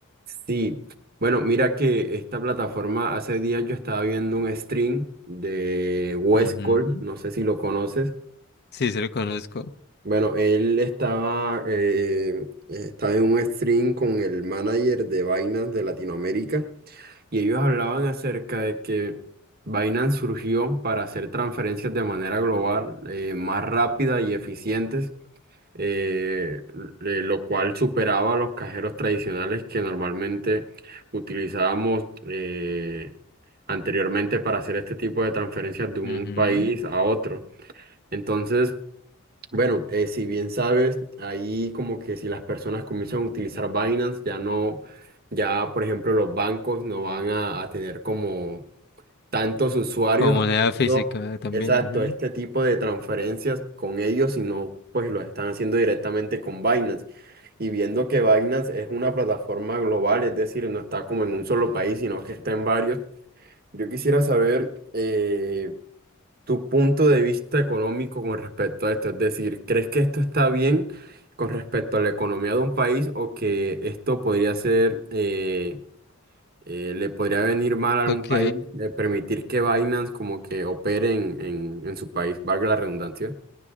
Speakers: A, on the right; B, on the left.
A: Sí, bueno, mira que esta plataforma, hace días yo estaba viendo un stream de Wes
B: Ujú.
A: Cole, no sé si lo conoces.
B: Sí, sí lo conozco.
A: Bueno, él estaba, eh, estaba en un stream con el manager de Binance de Latinoamérica y ellos hablaban acerca de que Binance surgió para hacer transferencias de manera global, eh, más rápida y eficientes eh, eh, lo cual superaba a los cajeros tradicionales que normalmente utilizábamos eh, anteriormente para hacer este tipo de transferencias de un
B: Ujú.
A: país a otro. Entonces, bueno, eh, si bien sabes, ahí como que si las personas comienzan a utilizar Binance, ya no, ya por ejemplo los bancos no van a, a tener como tantos usuarios
B: Como moneda
A: haciendo,
B: física también.
A: exacto,
B: ujú.
A: este tipo de transferencias con ellos, sino pues lo están haciendo directamente con Binance. Y viendo que Binance es una plataforma global, es decir, no está como en un solo país, sino que está en varios. Yo quisiera saber eh, tu punto de vista económico con respecto a esto. Es decir, ¿crees que esto está bien con respecto a la economía de un país o que esto podría ser eh, eh, le podría venir mal a algún
B: Ok.
A: país de permitir que Binance como que opere en, en- en su país, valga la redundancia.